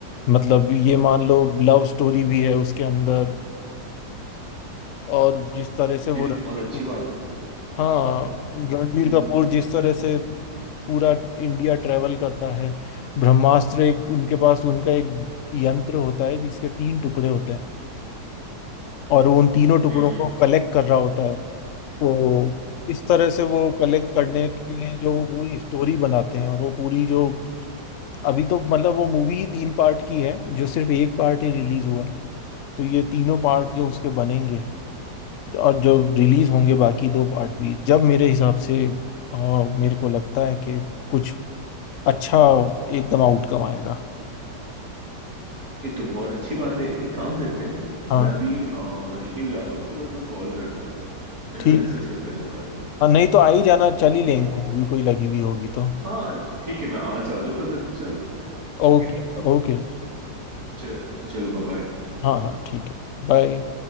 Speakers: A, on the left; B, on the right.
A: मतलब ये मान लो लव स्टोरी भी है उसके अंदर और जिस तरह से वो
B: ये तो
A: रणबीर
B: बहुत अच्छी बात है
A: हाँ रणबीर
B: हम्म
A: कपूर जिस तरह से पूरा इंडिया ट्रेवल करता है ब्रह्मास्त्र एक उनके पास उनका एक यंत्र होता है जिसके तीन टुकड़े होते हैं और वो उन तीनों टुकड़ों
B: हम्म। हम्म
A: को कलेक्ट कर रहा होता है तो इस तरह से वो कलेक्ट करने के लिए जो वो पूरी स्टोरी बनाते हैं और वो पूरी जो अभी तो मतलब वो मूवी ही तीन पार्ट की है जो सिर्फ एक पार्ट ही रिलीज हुआ है तो ये तीनों पार्ट जो उसके बनेंगे और जो रिलीज होंगे बाकी दो पार्ट भी जब मेरे हिसाब से अ, मेरे को लगता है कि कुछ अच्छा एकदम आउटकम आएगा
B: ये तो बहुत अच्छी बात है एक काम करते हैं
A: हाँ
B: मैं अभी रेडी हो जाता हूँ फिर मैं तुम्हें कॉल करता हूँ मेरे
A: ठीक
B: पास डिस्कस
A: है
B: करते हैं इस बारे में
A: हाँ नहीं तो आ ही जाना चल ही
B: ठीक
A: लेंगे
B: है
A: मूवी कोई लगी हुई होगी तो
B: हाँ ठीक है मैं आ जाता हूँ फिर अपन चलते हैं
A: ओके
B: ओके
A: ओके
B: चल चलो बाय बाय।
A: हाँ हाँ ठीक है बाय